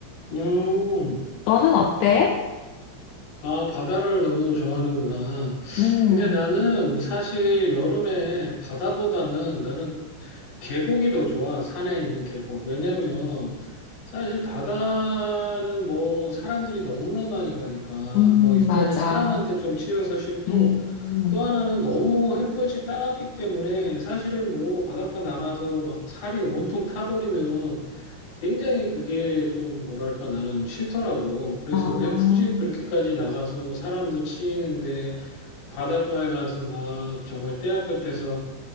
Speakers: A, on the left; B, on the left.
A: 음.
B: 너는 어때?
A: 아, 바다를 너는 좋아하는구나.
B: 음,
A: 근데 나는 사실 여름에 바다보다는 나는 계곡이 더 좋아. 산에 있는 계곡. 왜냐면 사실 바다는 뭐 사람들이 너무나 많이 가니까
B: 음,
A: 뭐 일단은
B: 맞아.
A: 사람한테 좀 치여서 싫고
B: 음,
A: 또 하나는 너무 햇볕이 따갑기 때문에 사실은 뭐 바닷가 나가서 막 살이 온통 타버리면 굉장히 그게 좀 뭐랄까 나는 싫더라고. 그래서
B: 아,
A: 왜 굳이 그렇게까지 나가서 사람도 치이는데 바닷가에 가서 막 정말 때야 끝에서